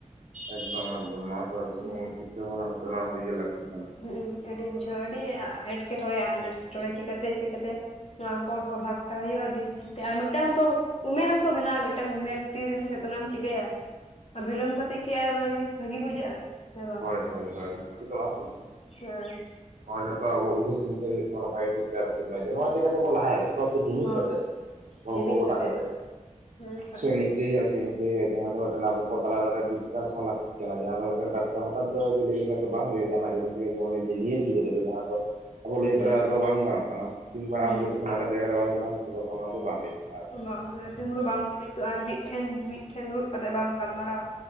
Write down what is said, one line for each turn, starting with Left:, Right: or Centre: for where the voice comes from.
Right: ᱮᱠᱫᱚᱢ ᱮᱠᱫᱚᱢ, ᱱᱚᱣᱟ ᱫᱚ
Left: ᱦᱩᱸ
Right: ᱮᱠᱫᱚᱢ ᱪᱤᱱᱛᱟᱹ ᱵᱷᱟᱵᱱᱟ ᱠᱟᱛᱮ ᱚᱱᱟ ᱠᱚᱫᱚ ᱤᱭᱟᱹ ᱞᱟᱹᱠᱛᱤ ᱠᱟᱱᱟ᱾
Left: ᱦᱩᱸᱜ-ᱩᱸ ᱟᱹᱰᱤ ᱵᱩᱡᱷᱟᱹᱣᱟ ᱟᱹᱰᱤ ᱮᱴᱠᱮᱴᱚᱬᱮ ᱟᱱᱟᱴ ᱮᱴᱠᱮᱴᱚᱬᱮ ᱪᱤᱠᱟᱛᱮ ᱪᱤᱠᱟᱹᱛᱮ ᱱᱚᱣᱟ ᱠᱚ ᱥᱚᱵᱷᱟᱜᱴᱟ ᱦᱩᱭᱩᱜᱼᱟ ᱫᱤᱱ ᱫᱤᱱᱛᱮ ᱟᱨ ᱢᱤᱫᱴᱟᱝ ᱦᱚᱛᱚ ᱩᱢᱮᱨ ᱦᱚᱸᱛᱚ ᱢᱮᱱᱟᱜᱼᱟ, ᱢᱤᱫᱴᱟᱝ ᱩᱢᱮᱨ ᱵᱷᱤᱛᱤᱨ ᱨᱤᱜᱤ ᱥᱮ ᱡᱚᱛᱚᱱᱟᱜ ᱮᱢ ᱪᱤᱠᱟᱹᱭᱟ᱾ ᱵᱤᱞᱚᱢ ᱠᱟᱛᱮᱜ ᱠᱤ ᱟᱨ ᱚᱱᱟ ᱡᱤᱱᱤᱥ ᱵᱷᱟᱜᱤ ᱵᱩᱡᱷᱟᱹᱜᱼᱟ ᱵᱟᱝ ᱦᱮᱸ
Right: ᱦᱳᱭ ᱦᱳᱭ ᱵᱷᱟᱹᱜᱤ ᱫᱚ ᱵᱟᱝ ᱵᱩ
Left: ᱦᱮᱸ ᱾
Right: ᱱᱚᱣᱟ ᱡᱦᱚᱛᱚ ᱟᱵᱚ ᱩᱭᱷᱟᱹᱨ ᱪᱤᱱᱛᱟᱹ ᱦᱩᱭᱩᱜ ᱛᱟᱵᱚᱱᱟ ᱵᱷᱟᱜᱮ ᱴᱦᱤᱠ᱾ ᱛᱮ ᱟᱨᱤ, ᱱᱚᱣᱟ ᱪᱤᱠᱟᱹᱛᱮᱵᱚᱱ ᱞᱟᱦᱟᱭᱟ ᱡᱷᱚᱛᱚ ᱦᱚᱲᱛᱮ ᱡᱩᱢᱤᱫ
Left: ᱦᱚᱸ
Right: ᱠᱟᱛᱮᱜ ᱜᱚᱞᱯᱚ
Left: ᱡᱩᱢᱤᱫ
Right: ᱜᱚᱴᱟ
Left: ᱠᱟᱛᱮᱜ
Right: ᱠᱟᱛᱮᱫ
Left: ᱦᱮᱸ <inaudible>
Right: ᱥᱮ ᱱᱤᱝᱠᱟᱹ ᱦᱩᱭᱩᱜᱼᱟ ᱥᱮ ᱤᱝᱠᱟᱹ ᱦᱩᱭᱩᱜ-ᱟ ᱡᱟᱦᱟᱸ ᱫᱚ ᱢᱤᱫᱴᱮᱱ ᱟᱵᱚ ᱠᱚ ᱛᱟᱞᱟᱨᱮ ᱢᱤᱫᱴᱮᱱ ᱰᱤᱥᱠᱟᱥ ᱦᱚᱸ ᱞᱟᱹᱠ ᱛᱤᱜ ᱠᱟᱱᱟ, ᱡᱟᱦᱟᱸ ᱫᱚ ᱢᱤᱫᱴᱮᱱ ᱴᱟᱴᱠᱟ ᱦᱚᱴᱟᱛ ᱫᱚ ᱡᱮ ᱞᱟᱹᱭ ᱞᱮᱠᱷᱟᱡ ᱫᱚ ᱵᱟᱝ ᱦᱩᱭᱩᱜᱼᱟ ᱡᱟᱦᱟᱱᱟᱜ ᱡᱤᱱᱤᱥ ᱜᱮ ᱡᱮᱢᱚᱱ ᱱᱤᱭᱟᱹ ᱜᱤᱫᱽᱨᱟᱹ ᱫᱚ ᱡᱟᱦᱟᱸ ᱫᱚ, ᱟᱵᱚ ᱞᱟᱹᱭ
Left: ᱦᱩᱸ
Right: ᱛᱚᱨᱟ ᱫᱚ ᱵᱟᱝ ᱜᱟᱱᱚᱜ ᱠᱟᱱᱟ, ᱠᱤᱵᱟ
Left: ᱦᱩᱸ
Right: ᱟᱢ ᱡᱚᱛᱚ ᱚᱱᱟ ᱡᱟᱭᱜᱟ ᱨᱮ ᱵᱟᱝ ᱪᱟᱞᱟᱜᱼᱟ ᱛᱚᱛᱚᱠᱷᱚᱱ ᱚᱱᱟ ᱫᱚ ᱵᱟᱝ ᱦᱩᱭᱩᱜᱮᱡ ᱠᱟᱱᱟ᱾ ᱟᱨᱠᱤ
Left: ᱟᱜ <inaudible> ᱦᱩᱭᱩᱜᱼᱟ ᱛᱤᱱᱵᱦᱩᱨᱩ ᱵᱟᱢ ᱡᱩᱢᱤᱛᱚᱜᱼᱟ ᱢᱤᱫ ᱴᱷᱮᱱ ᱢᱤᱫ ᱴᱷᱮᱱ ᱫᱩᱲᱵ ᱠᱟᱛᱮᱜ ᱵᱟᱢ ᱜᱟᱞᱢᱟᱨᱟᱣᱟ᱾